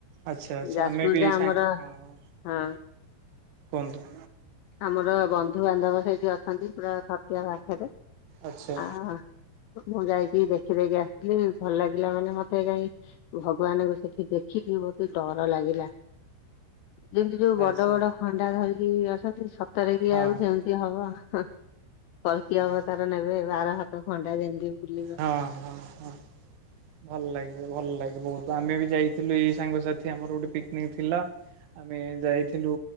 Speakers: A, on the right; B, on the left.
A: ଆଚ୍ଛା ଆଚ୍ଛା
B: ଯାଜପୁରରେ
A: ଆମେ ବି ଏଇ
B: ଆମର
A: ସାଙ୍ଗ ହଁ
B: ହଁ
A: କୁହନ୍ତୁ।
B: ଆମର ବନ୍ଧୁ ବାନ୍ଧବ ସେଇଠି ଅଛନ୍ତି ପୁରା ଛତିଆ ପାଖରେ।
A: ଆଚ୍ଛା।
B: ଆ ମୁଁ ଯାଇକି ଦେଖି ଦେଇକି ଆସିଲି ଭଲ ଲାଗିଲା ମାନେ ମତେ ଜାଇଁ ଭଗବାନଙ୍କୁ ସେଠି ଦେଖିଲି। ଲି ବହୁତ୍ ଡର ଲାଗିଲା ଯେମିତି ଯୋଉ ବଡ
A: ଆଚ୍ଛା
B: ବଡ ଖଣ୍ଡା ଧରିକି ଆସନ୍ତି। ସତରେ ବି
A: ହଁ।
B: ଆଉ ସେମିତି ହବ, ହଁ ହଁ କଳକି
A: ହଁ
B: ଅବତାର ନେବେ ବାର ହାତ ତ ଖଣ୍ଡା ଯେମତିି ବୁଲିବ।
A: ହଁ ହଁ ହଁ। ଭଲ ଲାଗିବ ଭଲ ଲାଗେ ବହୁତ ଆମେ ବି ଯାଇଥିଲୁ ଏଇ ସାଙ୍ଗସାଥି ଆମର ଗୋଟେ ପିକନିକ ଥିଲା। ଆମେ ଯାଇଥିଲୁ